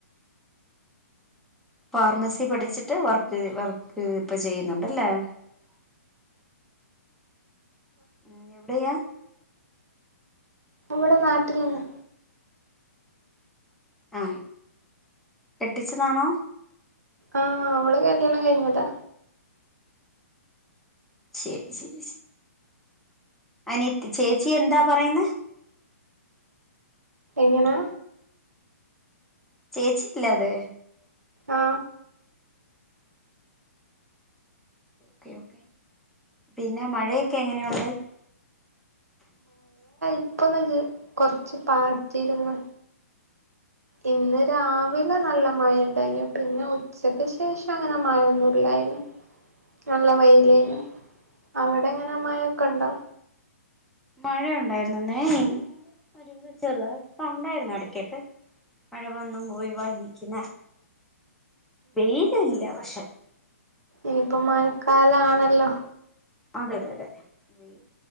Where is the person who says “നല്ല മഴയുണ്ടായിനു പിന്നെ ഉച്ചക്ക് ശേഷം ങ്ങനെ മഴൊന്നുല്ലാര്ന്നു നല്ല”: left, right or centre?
Right